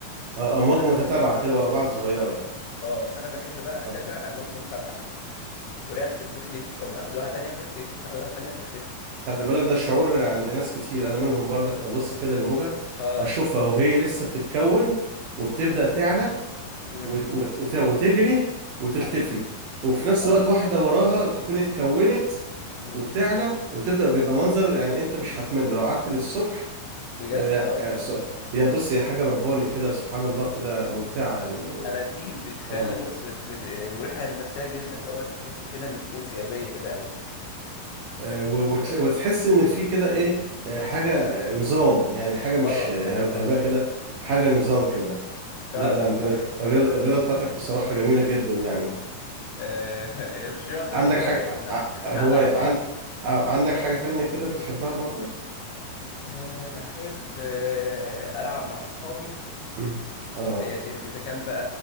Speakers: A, on the right (about 75°); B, on the left (about 80°).
A: اه امواج
B: عارفها لو
A: متتابعه
B: ات-
A: كده ورا بعض صغيره
B: اه انا بحب بقى اتابع
A: اه
B: الامواج المتتابعه دي ولا تختفي او اخد واحده تانية وتختفي اخد واحده تانية وتختفي
A: خلي بالك ده الشعور عند ناس كتير انا منهم برضك ابص كده للموجه
B: اه
A: اشوفها وهي لسه بتتكون وبتبدا تعلى
B: امم
A: وت... وت... وت... وتجري وتختفي
B: تختفي
A: وفي نفس
B: اه
A: الوقت واحده وراها تكون اتكونت
B: مم.
A: وبتعلى وتبدا بيبقى منظر يعني انت مش هتمل لو قعدت للصبح
B: بجد
A: آه... آه...
B: اه
A: س- يا بص هي حاجه رباني كده سبحان الله كده ممتعه يعني
B: انا دي بتخلي
A: اه
B: بص بت... بت... يعني مريحه للنفسيه جدا اللي هو تحس كده ان في انسيابيه كده قوي
A: آه، و-
B: ب...
A: وت- وتحس ان في كده ايه آه، حاجه آه، نظام يعني حاجه مش
B: اه
A: آه،
B: اه بالظبط
A: هب- هباء كده حاجه نظام كده
B: فعلا
A: لا لا
B: والله
A: انت الرياضه الرياضة بتاعتك بصراحه جميله جدا يعني
B: آه... <laughs> هي مش رياضه
A: عندك
B: دي هوايه
A: حاجه
B: ان انا
A: ع- ع-
B: قاعد
A: هو
B: على
A: عن...
B: البحر
A: آه، عندك حاجه تانية كده بتحبها برضك
B: أه بحب أه ألعب مع أصحابي
A: <clears throat> اه
B: أه إذا كان بقى